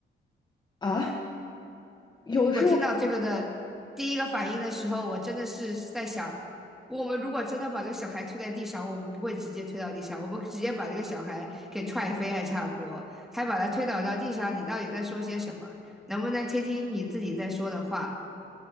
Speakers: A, on the left; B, in the centre.
A: 啊。有的时候
B: 我听到这个的第一个反应的时候，我真的是在想，我们如果真的把这个小孩推在地上，我们不会直接推到地上，我们直接把这个小孩给踹飞还差不多，还把他推倒到地上，你到底在说些什么？能不能听听你自己在说的话？